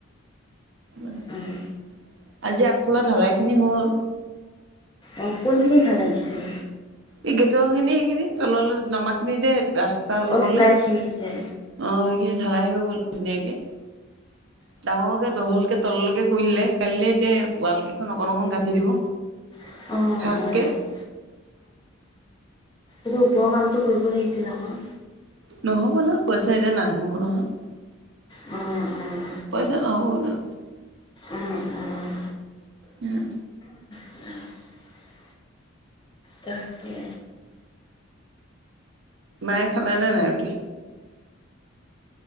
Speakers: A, on the right (about 55°); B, on the left (about 20°).
A: <unintelligible>
B: উম
A: আজি আগফালে ঢালাইখিনি হ'ল
B: অ' কোনখিনি ঢালাই দিছিল?
A: এই গেটৰখিনি সেইখিনি তললৈ নামাখিনি যে ৰাস্তা অলপলে
B: অ শ্লাইডখিনি
A: অ'
B: যে
A: সেইখিনি ঢালাই হৈ গ'ল ধুনীয়াকে ডাঙৰকে তহলকে তললৈকে কৰিলে কাইলে এতিয়া ৱালকেইখন অকণ অকণ গাঁঠি দিব
B: কিন্তু
A: হাফ কে
B: এইটো ওপৰৰ কামটো কৰিব লাগিছিল আকৌ
A: নহ'ব নহয় পইচা এতিয়া নাই সোমোৱা নহয়
B: অ', অ'
A: পইচা নহ'বগে নহয়
B: উম উম
A: উম
B: <inaudible> তাকে
A: মায়ে খালেই নে নাই ৰুটি?